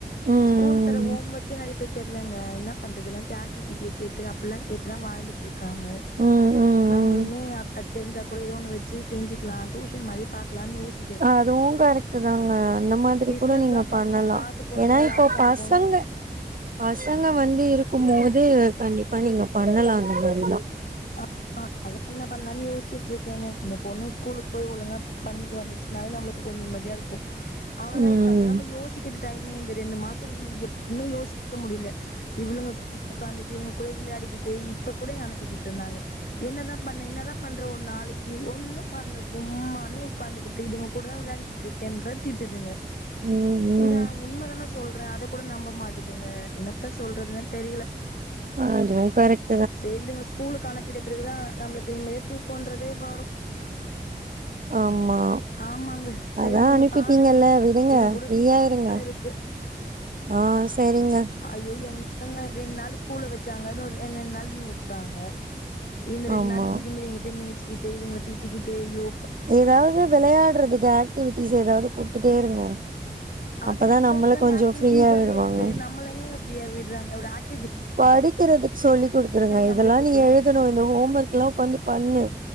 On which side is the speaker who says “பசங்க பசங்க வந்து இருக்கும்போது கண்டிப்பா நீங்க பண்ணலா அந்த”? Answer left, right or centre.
Right